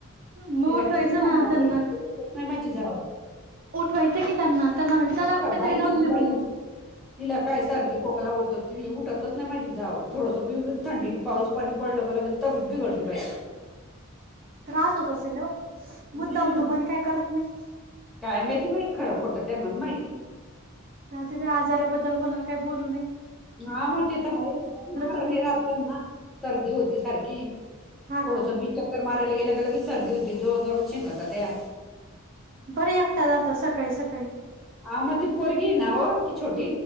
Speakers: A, on the right (about 40°); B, in the centre.
A: मग
B: तिला
A: उठवायचं
B: किती मन
A: ना त्यांना
B: नाही माझी जाव
A: उठवायचं की त्यांना त्यांना अणसाला कुठेेतरी
B: का बाई
A: जाऊन
B: ती
A: फिरून
B: बाई
A: येऊ
B: तिला काय सर्दी खोकला होत त उठतच नाही माझी जाव थोडंस थंडी पाऊस पाणी पडलं का लगे ब बी कडती बाई
A: त्रास होत असेल
B: हम्म.
A: मुद्दाम तो म्हण काय करत नाही
B: काय माहिती बाई खरं खोटं त्यांनाच माहिती
A: तुही आजाराबद्दल कोणाला काही बोलू नय
B: हा म ते तर आहे घराने
A: होत
B: राहत ना सर्दी होती सारखी
A: हा
B: थोडस
A: का
B: बीचक्कर माराला गेल्या क लगेच सर्दी होती जोर जोर शिंकत त्या
A: बर एकटा जातात सकाळी सकाळी
B: ह मग ती पोरगी ना हो ती छोटी